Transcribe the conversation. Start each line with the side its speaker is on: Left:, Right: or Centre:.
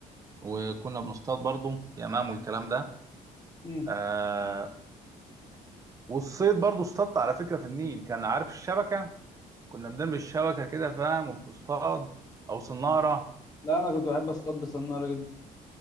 Right: وكنا بنصطاد برضو يمام والكلام ده
Left: مم.
Right: آه والصيد برضو اصطادت على فكره في النيل كان عارف الشبكه كنا بنرمي الشبكه كده فاهم وبتصطاد او صناره
Left: لا أنا كنت بحب أصطاد بسنارة جدا